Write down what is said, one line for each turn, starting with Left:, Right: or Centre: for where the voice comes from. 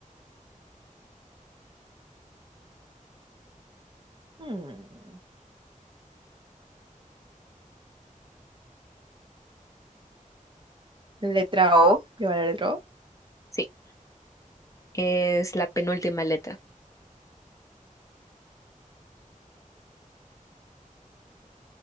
Right: Hmm. Letra O, lleva la letra O.
Left: Sí, es la penúltima letra.